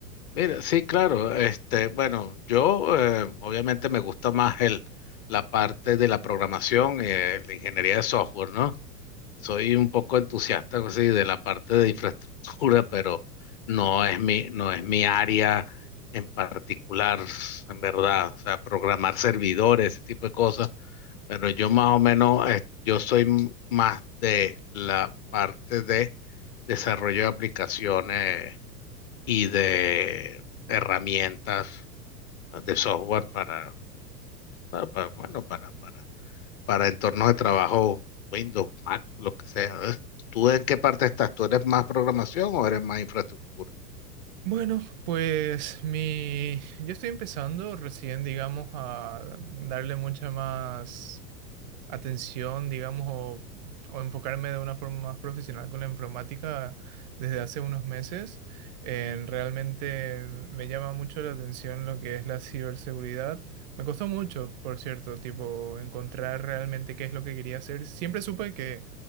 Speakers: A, on the left; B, on the right.
A: Mira, sí, claro, este, bueno, yo eh, obviamente me gusta más el, la parte de la programación, eh, la ingeniería de software, ¿no? Soy un poco entusiasta así, de la parte de infraestructura, pero no es mi, no es mi área en particular, en verdad, o sea, programar servidores, ese tipo de cosas, pero yo más o menos, eh, yo soy m- más de la parte de desarrollo de aplicaciones y de herramientas de software para, para, para, bueno, para, para, para entornos de trabajo, Windows, Mac, lo que sea. ¿ves? ¿Tú en qué parte estás? ¿Tú eres más programación o eres más infraestructura?
B: Bueno, pues mi... Yo estoy empezando recién, digamos, a darle mucha más atención, digamos, o, o enfocarme de una forma más profesional con la informática desde hace unos meses. Eh, realmente me llama mucho la atención lo que es la ciberseguridad. Me costó mucho, por cierto, tipo, encontrar realmente qué es lo que quería hacer. Siempre supe que,